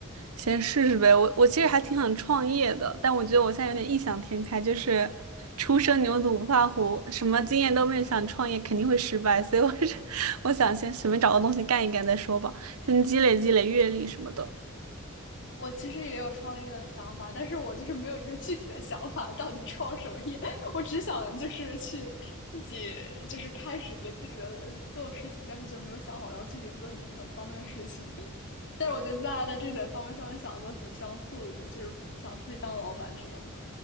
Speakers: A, on the right; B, on the left.
A: 先试试呗。我我其实还挺想创业的，但我觉得我现在有点异想天开，就是初生牛犊不怕虎，什么经验都没有，想创业肯定会失败，所以我是 <laughs> 我想先随便找个东西干一干再说吧，先积累积累阅历什么的。
B: 我其实也有创业的想法，但是我就是没有一个具体的想法，到底创什么业，<laughs> 我只想就是去自己就是开始给自己的做事情，但是就没有想好要具体做什么什么方面的事情。但是我觉得大家在这点方面上面想的都挺相似的，就是想自己当老板这种，